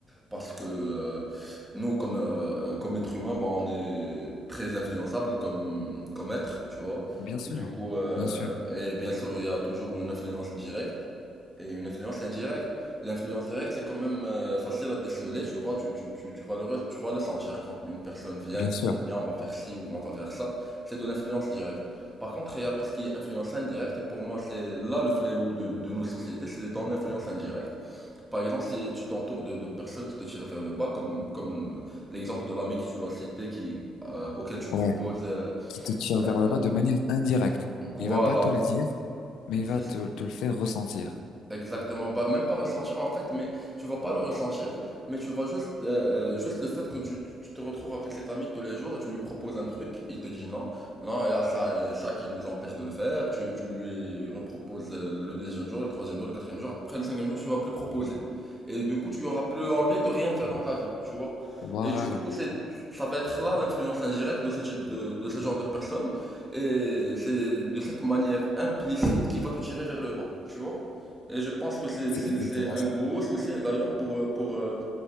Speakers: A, in the centre; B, on the left.
A: parce que euh, nous comme euh, euh, comme être humain, bah on est très influençable comme comme être, tu vois.
B: Bien sûr,
A: Et du coup, euh,
B: bien sûr,
A: et bien sûr, il y a toujours une influence directe et une influence indirecte. L'influence directe, c'est quand même euh, facile à déceler, tu vois, tu, tu, tu, tu vas le, re- tu vas le sentir quand une personne vient
B: bien
A: et te
B: sûr.
A: dit, viens, on va faire ci ou on va faire ça. C'est de l'influence directe. Par contre, il y a tout ce qui est influence indirecte, et pour moi, c'est là le fléau de, de nos sociétés, c'est dans l'influence indirecte. Par exemple, si tu t'entoures de, de personnes qui te tirent vers le bas, comme, comme l'exemple de l'ami que tu as cité, qui, euh, auquel tu proposes,
B: Ouais.
A: euh,
B: Qui te tire
A: euh,
B: vers le bas de manière indirecte.
A: voilà,
B: Il va pas te le dire, mais il
A: je
B: va te, te le faire ressentir.
A: Exactement, bah même pas ressentir en fait, mais tu vas pas le ressentir, mais tu vas juste euh, euh, juste le fait que tu, tu te retrouves avec cet ami tous les jours et tu lui proposes un truc, il te dit non, non, il y a ça et ça qui nous empêche de le faire, tu, tu lui reproposes euh, le deuxième jour, le troisième jour, le quatrième jour, après le cinquième jour, tu vas plus proposer. Et du coup, tu auras plus envie de rien faire dans ta vie, tu vois.
B: Voilà,
A: Et du coup, c'est ça va être là l'influence indirecte de ce type de de ce genre de personne et c'est de cette manière implicite qui va te tirer vers le bas, tu vois. Et je pense que c'est
B: c'est
A: c'est-
B: exactement
A: c'est un
B: ça.
A: gros souci, et d'ailleurs, pour, euh, pour, euh,